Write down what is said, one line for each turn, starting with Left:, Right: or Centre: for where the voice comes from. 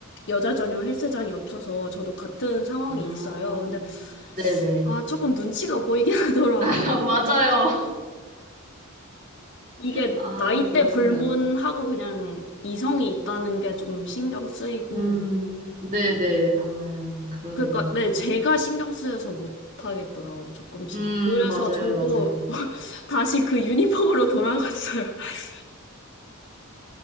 Left: 여자 전용 헬스장이 없어서 저도 같은 상황이
Right: 아,
Left: 있어요. 근데
Right: 네네, <laughs> 아, 네, 네.
Left: 아, 조금 눈치가 보이긴 <laughs> 하더라고요.
Right: <laughs>
Left: 이게
Right: 맞아요.
Left: 이게
Right: 아,
Left: 나이대
Right: 그렇구나.
Left: 불문하고 그냥 이성이 있다는 게 좀 신경 쓰이고
Right: 음, 네네, 아, 그러네요.
Left: 그러니까 네,
Right: 음,
Left: 제가 신경 쓰여서 못 하겠더라고요. 조금씩.
Right: 음,
Left: 그래서
Right: 맞아요,
Left: 저도
Right: 맞아요.
Left: <laughs> 다시 그 유니폼으로 돌아갔어요. <laughs>